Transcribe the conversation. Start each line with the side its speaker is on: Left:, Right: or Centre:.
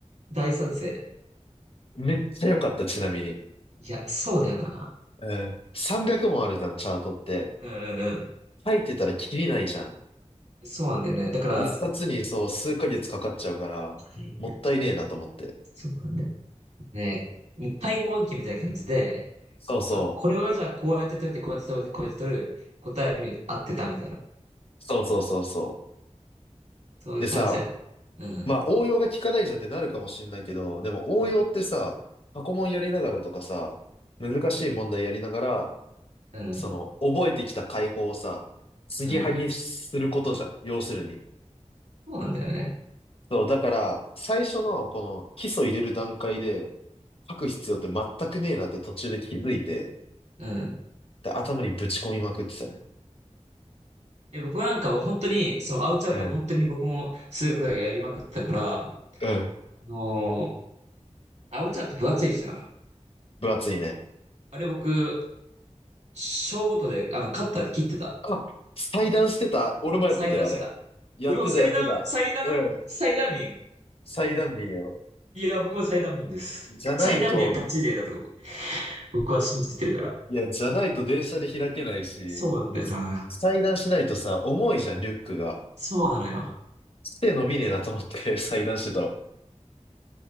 Right: 大賛成。
Left: めっちゃ良かった、ちなみに。
Right: いや、そうだよな。
Left: うん。300もあるじゃん、チャートって。
Right: うんうんう
Left: 書いてたらきりないじゃん。
Right: ん。そうなんだよね。だから、
Left: 一冊にそう、
Right: は
Left: 数ヶ月かかっちゃうから、
Right: いはい
Left: もったいねえなと思って。
Right: そうなんだよ。ね、もう開放暗記みたいな感じで、
Left: そうそ
Right: あ、これはじゃあこうやって取って、こうやって取って、こうやって取る、答えは見る、合ってたみたいな。
Left: う。そうそうそうそ
Right: そういう感じだよね。
Left: う。でさ、
Right: うん。
Left: まあ応用が効かないじゃんってなるかもしんないけど、でも応用ってさ、
Right: うん。
Left: 過去問やりながらとかさ、難しい問題やりながら、
Right: うん。
Left: その、覚えてきた解法をさ、継ぎはぎすることじゃん。
Right: うん
Left: 要するに。
Right: そうなんだよね。
Left: そう、だから、最初のこの基礎入れる段階で書く必要って全くねえなって途中で気づいて、
Right: うん。
Left: で、頭にぶち込みまくってたね。
Right: え、僕なんかは本当に、その青チャート、
Left: うん。
Right: 本当に僕も数学だけやりまくってたから、あ
Left: うん。
Right: のー青チャート分厚いじゃん。
Left: 分厚いね。
Right: あれ僕、小ごとで、あの、カッターで切ってた。
Left: あ、裁断してた。俺もやってたよ、
Right: 裁断してた。
Left: あれ。やってた、
Right: うわ、裁断、
Left: やってた。
Right: 裁断、
Left: うん。
Right: 裁断民。
Left: 裁断民よ。
Right: いや、僕も裁断民です。
Left: じゃないと、
Right: 裁断民はガチ勢だと思う。僕は信じてるから。
Left: いや、じゃないと電車で開けないし、
Right: そうなんだよな。
Left: で、裁断しないとさ、重いじゃん、リュックが。
Right: そうなのよ。
Left: 手伸びねえなと思って <laughs> 裁断してたわ。